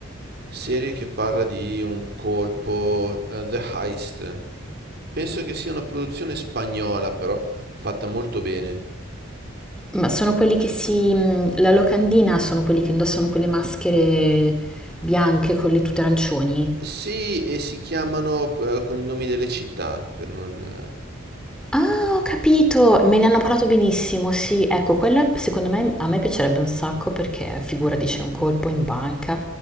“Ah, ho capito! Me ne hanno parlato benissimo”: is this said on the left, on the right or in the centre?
Centre